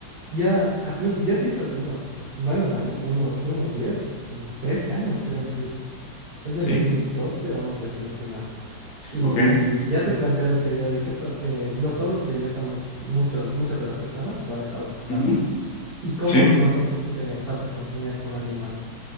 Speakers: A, on the right (about 45°); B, on the left (about 65°).
A: Ya, hace un- ya se hizo hace unos buenos años, unos, hace unos diez mm, 13 años creo incluso. Es
B: ¿Sí?
A: del 2012 o 11 si no estoy mal. Y
B: ¿Ok?
A: ya te planteaba esta idea de qué pas- eh, los solos que ya estamos, muchos, muchas de las personas, lo alejados que estamos,
B: ujú,
A: y cómo
B: ¿Sí?
A: nos hace eh, falta congeniar con alguien más.